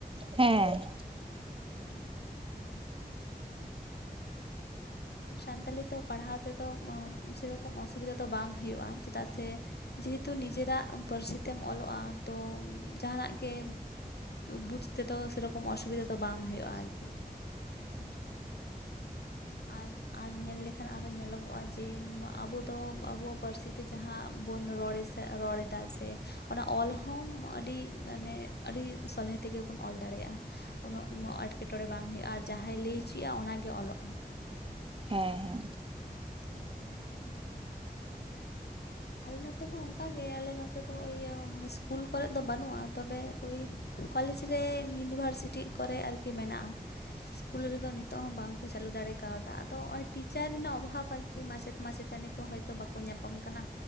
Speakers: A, on the right; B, on the left.
A: ᱦᱮᱸ᱾
B: ᱦᱮᱸ ᱪᱚᱝ <unintelligible> ᱟᱨ ᱥᱟᱱᱛᱟᱞᱤ ᱛᱮ ᱯᱟᱲᱦᱟᱣ ᱛᱮᱫᱚ ᱥᱮᱨᱚᱠᱚᱢ ᱚᱥᱩᱵᱤᱫᱷᱟ ᱫᱚ ᱵᱟᱝ ᱦᱩᱭᱩᱜᱼᱟ ᱪᱮᱫᱟᱜ ᱥᱮ ᱡᱮᱦᱮᱛᱩ ᱱᱤᱡᱮᱨᱟᱜ ᱯᱟᱹᱨᱥᱤ ᱛᱮᱢ ᱚᱞᱚᱜᱼᱟ ᱛᱚ ᱡᱟᱦᱟᱱᱟᱜ ᱜᱮ ᱵᱩᱡᱽ ᱛᱮᱫᱚ ᱥᱮᱨᱚᱠᱚᱢ ᱚᱥᱩᱵᱤᱫᱷᱟ ᱫᱚ ᱵᱟᱝ ᱦᱩᱭᱩᱜᱼᱟ ᱟᱨᱠᱤ᱾ ᱦᱮᱸ ᱟᱨ ᱟᱨ ᱧᱮᱞ ᱞᱮᱠᱷᱟᱱ ᱟᱨᱚ ᱧᱮᱞᱚᱜᱚᱜᱼᱟ ᱡᱮ ᱟᱵᱚ ᱫᱚ ᱟᱵᱚᱣᱟᱜ ᱯᱟᱹᱨᱥᱤ ᱛᱮ ᱡᱟᱦᱟ ᱵᱚᱱ ᱨᱚᱲ ᱨᱚᱲ ᱮᱫᱟ ᱥᱮ ᱚᱱᱟ ᱚᱞ ᱦᱚᱢ ᱟᱹᱰᱤ ᱢᱟᱱᱮ ᱟᱹᱰᱤ ᱥᱚᱞᱦᱮ ᱛᱮᱜᱮ ᱵᱚᱱ ᱚᱞ ᱫᱟᱲᱮᱭᱟᱜᱼᱟ᱾ ᱩᱱᱟᱹᱜ ᱮᱸᱴᱠᱮᱴᱚᱬᱮᱸ ᱵᱟᱝ ᱦᱩᱭᱩᱜᱼᱟ, ᱟᱨ ᱡᱟᱦᱟᱸᱭ ᱞᱟᱹᱭ ᱦᱚᱪᱚᱭᱼᱟ ᱚᱱᱟᱜᱮ ᱚᱞᱚᱜᱼᱟ᱾
A: ᱦᱮᱸ ᱦᱮᱸ᱾
B: ᱦᱮᱸ ᱥᱮ ᱵᱟᱝ ᱦᱳᱭ? ᱟᱞᱮ ᱱᱚᱛᱮ ᱦᱚᱸ ᱚᱱᱠᱟᱜᱮ ᱟᱞᱮ ᱱᱚᱛᱮ ᱫᱚ ᱤᱭᱟᱹ ᱤᱥᱠᱩᱞ ᱠᱚᱨᱮᱫ ᱫᱚ ᱵᱟᱹᱱᱩᱜᱼᱟ ᱛᱚᱵᱮ ᱳᱭ ᱠᱚᱞᱮᱡᱽ ᱨᱮ ᱤᱭᱩᱱᱤᱵᱷᱟᱨᱥᱤᱴᱤ ᱠᱚᱨᱮ ᱟᱨᱠᱤ ᱢᱮᱱᱟᱜᱼᱟ᱾ ᱤᱥᱠᱩᱞ ᱨᱮᱫᱚ ᱱᱤᱛᱳᱜ ᱦᱚᱸ ᱵᱟᱝ ᱠᱚ ᱪᱟᱹᱞᱩ ᱫᱟᱲᱮ ᱠᱟᱣᱫᱟ ᱟᱫᱚ ᱦᱚᱸᱜᱼᱚᱭ ᱴᱤᱪᱟᱨ ᱨᱮᱱᱟᱜ ᱚᱵᱷᱟᱵᱽ ᱟᱨᱠᱤ ᱢᱟᱪᱮᱫ ᱢᱟᱪᱮᱫ ᱪᱮᱛᱟᱱᱤ ᱠᱚ ᱦᱳᱭᱛᱚ ᱵᱟᱠᱚ ᱧᱟᱯᱟᱢ ᱠᱟᱱᱟ᱾